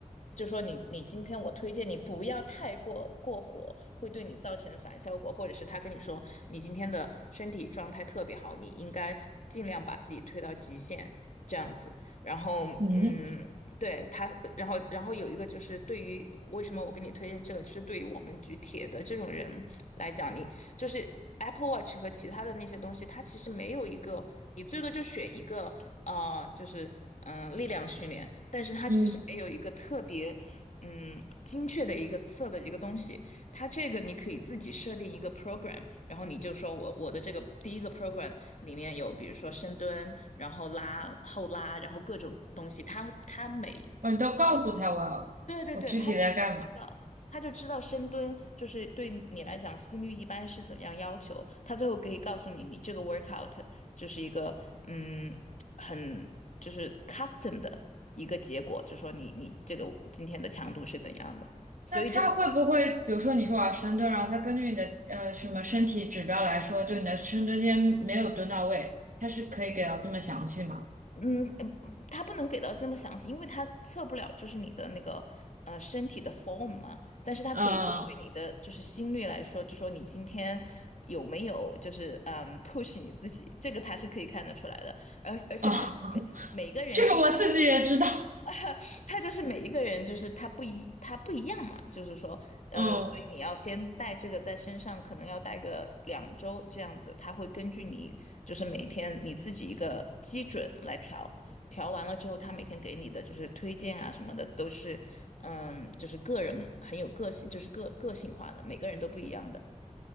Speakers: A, on the left (about 65°); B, on the right (about 85°).
A: 就说你你今天我推荐你不要太过过火，会对你造成反效果，或者是他跟你说你今天的身体状态特别好，你应该尽量把自己推到极限这样子。然后，
B: 嗯。
A: 嗯，对他，然后然后有一个就是对于为什么我给你推荐这个，就是对于我们举铁的这种人来讲，你就是 Apple Watch 和其他的那些东西，它其实没有一个，你最多就选一个，啊，就是嗯、呃力量训练，但是它其实没有一个特别嗯精确的一个测的一个东西，
B: 嗯
A: 它这个你可以自己设定一个 program，然后你就说我我的这个第一个 program 里面有比如说深蹲，然后拉、后拉，然后各种东西。他他每
B: 哦，你都告诉他我要我具体在干嘛？
A: 对对对，他知道，他就知道深蹲就是对你来讲心率一般是怎样要求。他最后可以告诉你，你这个 workout 就是一个嗯很就是 custom 的一个结果，就说你你这个今天的强度是怎样的。所以就
B: 那他会不会，比如说你说我要深蹲，然后他根据你的呃什么身体指标来说，就你的深蹲今天没有蹲到位，他是可以给到这么详细吗？
A: 嗯，嗯它不能给到这么详细，因为它测不了就是你的那个呃身体的 form 嘛，但是它可以根据你的就是心率来说，
B: 嗯，哦，
A: 就说你今天有没有就是嗯 push 你自己，这个它是可以看得出来的，而而且它每每个人是不一。
B: <laughs> 这个我自己也知道。
A: <laughs> 他就是每一个人，就是他不一，他不一样嘛，就是说，嗯，
B: 嗯，
A: 所以你要先带这个在身上，可能要带个两周这样子，他会根据你就是每天你自己一个基准来调，调完了之后，他每天给你的就是推荐啊什么的都是，嗯，就是个人很有个性，就是个个性化的，每个人都不一样的。